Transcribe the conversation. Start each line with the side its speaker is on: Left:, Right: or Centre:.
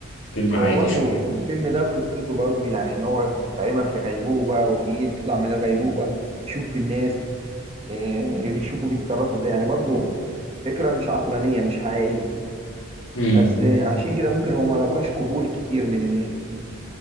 Left: فيلم عادي
Right: هو برضو
Left: شوية
Right: الفيلم ده قصته برضو يعني ان هو تقريبا في غيبوبة وبيطلع من الغيبوبة يشوف الناس إيه، يشوفوا بيتصرفوا ازاي يعني برضو فكرة مش عقلانية مش حقيقية
Left: امم
Right: بس إيه، عشان كده ممكن هو ملقاش قبول كتير من الناس